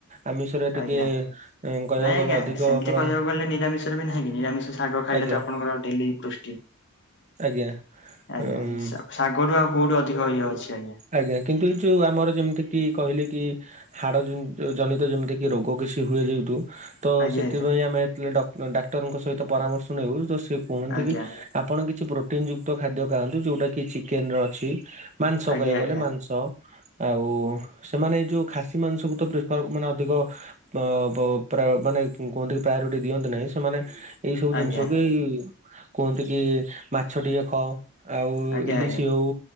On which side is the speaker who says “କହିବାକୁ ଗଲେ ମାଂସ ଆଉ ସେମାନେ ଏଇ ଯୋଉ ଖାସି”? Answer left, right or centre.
Right